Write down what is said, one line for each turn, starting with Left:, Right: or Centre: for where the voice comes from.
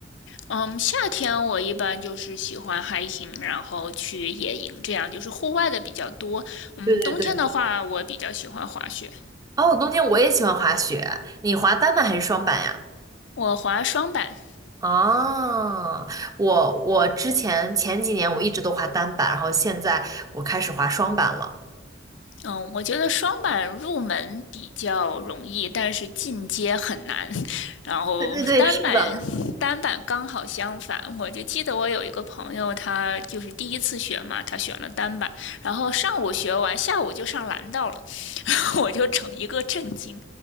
Left: 嗯，夏天我一般就是喜欢 hiking，然后去野营，这样就是户外的比较多。嗯，
Right: 对对对。
Left: 冬天的话，我比较喜欢滑雪，
Right: 哦，冬天我也喜欢滑雪，你滑单板还是双板呀？
Left: 我滑双板。
Right: 哦，我我之前前几年我一直都滑单板，然后现在我开始滑双板了。
Left: 嗯，我觉得双板入门比较容易，但是进阶很难。<laughs> 然后单板，
Right: 对对对，是的，
Left: 单板刚好相反。我就记得我有一个朋友，他就是第一次学嘛，他选了单板，然后上午学完，下午就上蓝道了。<laughs> 我就整一个震惊。